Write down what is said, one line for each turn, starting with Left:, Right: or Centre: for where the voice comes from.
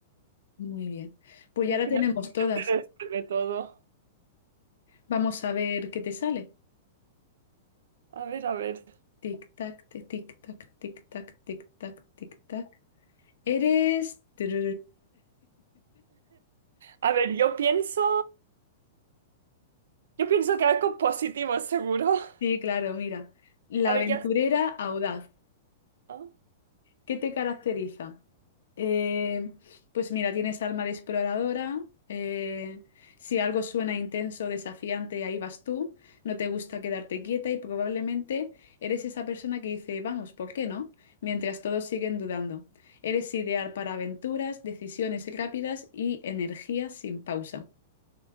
Left: Muy bien. Pues
Right: Y
Left: ya
Right: al
Left: la
Right: final
Left: tenemos todas.
Right: se resuelve todo.
Left: Vamos a ver qué te sale.
Right: A ver, a ver.
Left: Tic tac, te- tic tac, tic tac, tic tac, tic tac. Eres... <laughs>
Right: A ver, yo pienso. Yo pienso que algo positivo, seguro. <laughs>
Left: Sí, claro, mira. La
Right: A
Left: aventurera
Right: ver, ya.
Left: audaz.
Right: ¿Ah?
Left: ¿Qué te caracteriza? Eh, pues mira, tienes alma de exploradora. eh, si algo suena intenso, desafiante, ahí vas tú. No te gusta quedarte quieta y probablemente eres esa persona que dice, vamos, ¿por qué no? Mientras todos siguen dudando. Eres ideal para aventuras, decisiones rápidas y energía sin pausa.